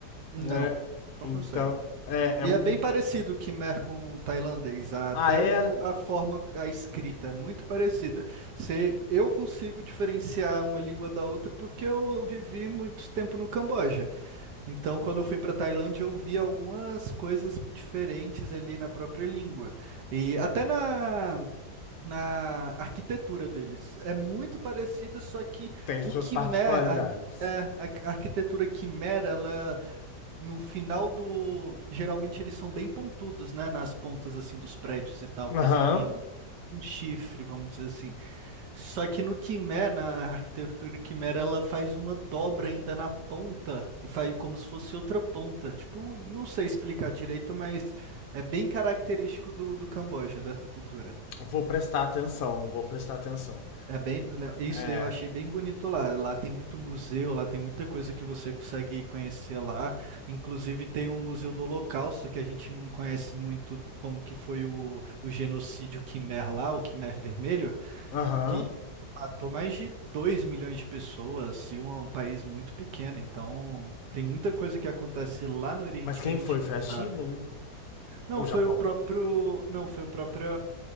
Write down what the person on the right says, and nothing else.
não,
não
consegue.
E
é bem parecido o Khmer com o tailandês, até
o- a forma, a escrita é muito parecida. Se eu consigo diferenciar uma língua da outra porque eu vivi muito tempo no Camboja. Então, quando eu fui para Tailândia, eu vi algumas coisas diferentes ali na própria língua. E até na, na arquitetura deles. É muito parecida, só que
o
Khmer,
a, é, a- a arquitetura Khmer, ela no final do. Geralmente eles são bem pontudos, né? Nas pontas assim dos prédios e tal,
para cima. Um chifre, vamos dizer assim. Só que no Quimera, na arquitetura Quimera, ela faz uma dobra ainda na ponta e faz como se fosse outra ponta. Tipo, não sei explicar direito, mas é bem característico do, do Camboja, dessa cultura.
É bem, isso
daí eu achei bem bonito lá. Lá tem muito museu, lá tem muita coisa que você consegue conhecer lá. Inclusive tem um museu do Holocausto que a gente não conhece muito como que foi o, o genocídio Quimer lá, o Quimer Vermelho.
que matou mais de 2 milhões de pessoas e um é um país muito pequeno, então tem muita coisa que acontece lá no Oriente
que a gente
não sabe.
Não,
foi
o próprio, não, foi o próprio